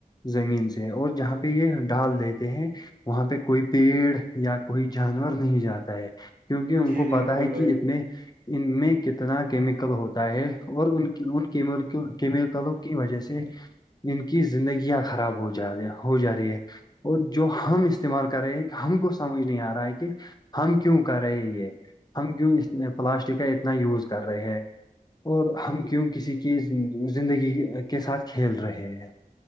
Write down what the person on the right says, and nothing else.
جی
بالکل
بھائی
جان
آپ